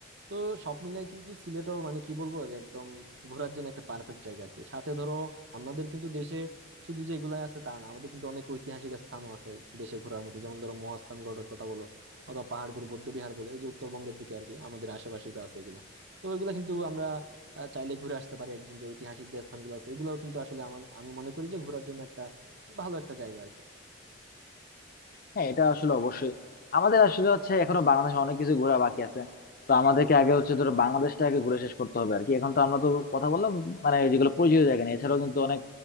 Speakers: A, on the right; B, on the left.
A: তো সব মিলাই কিন্তু সিলেটও মানে কি বলবো যে একদম ঘোরার জন্য একটা পারফেক্ট জায়গা আর কি সাথে ধরো আমাদের কিন্তু দেশে শুধু যে এগুলাই আছে তা না আমাদের কিন্তু অনেক ঐতিহাসিক স্থানও আছে দেশে ঘোরার মতো যেমন ধরো মহাস্থানগড়ের কথা বলো অথবা পাহাড়পুর বৌদ্ধবিহার বলো এই যে উত্তরবঙ্গের দিকে আর কি আমাদের আশেপাশেই তো আছে এগুলা তো এগুলা কিন্তু আমরা আহ, চাইলে ঘুরে আসতে পারি একদিন যে ঐতিহাসিক যে স্থানগুলো আছে ওগুলাও কিন্তু আসলে আমার আমি মনে করি যে ঘোরার জন্য একটা ভালো একটা জায়গা আর কি।
B: হ্যাঁ এটা আসলে অবশ্যই আমাদের আসলে হচ্ছে এখনো বাংলাদেশে অনেক কিছু ঘোরা বাকি আছে তো আমাদেরকে আগে হচ্ছে ধরো বাংলাদেশটা আগে ঘুরে শেষ করতে হবে আর কি এখন তো আমরা তো কথা বললাম মানে যেগুলো পরিচিত জায়গা নিয়ে এছাড়াও কিন্তু অনেক